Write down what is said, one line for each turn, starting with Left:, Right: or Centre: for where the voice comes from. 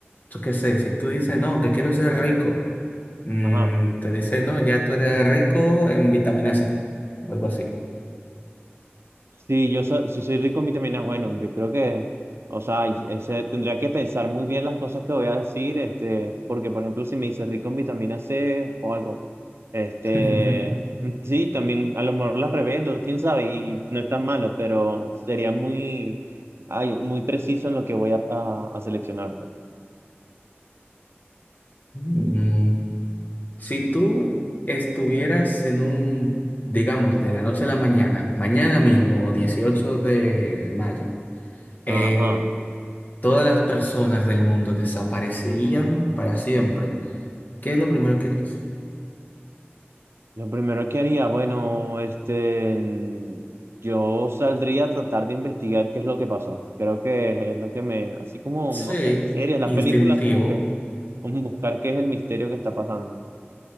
Left: Yo qué sé, si tú dices, no, que quiero ser rico, mm,
Right: Ajá.
Left: te dice, no, ya tú eres rico en vitamina C, o algo así.
Right: Sí, yo so- si soy rico en vitaminas, bueno, yo creo que, o sea, ahí, ahí se, tendría que pensar muy bien las cosas que voy a decir, este, porque por ejemplo, si me dice rico en vitamina C o algo, este,
Left: <laughs>
Right: mm, sí, también a lo mejor las revendo, quién sabe, y no es tan malo, pero sería muy, ay, muy preciso en lo que voy a, a, a seleccionar, pues.
Left: Mm, Si tú estuvieras en un, digamos, de la noche a la mañana, mañana mismo, 18 de mayo, eh,
Right: Ajá.
Left: todas las personas del mundo desaparecerían para siempre, ¿qué es lo primero que harías?
Right: Lo primero que haría, bueno, este, mm, yo saldría a tratar de investigar qué es lo que pasó. Creo que es lo que me, así como,
Left: Sí,
Right: no sé, series, las
Left: instintivo,
Right: películas, como que <laughs> um, buscar qué es el misterio que está pasando.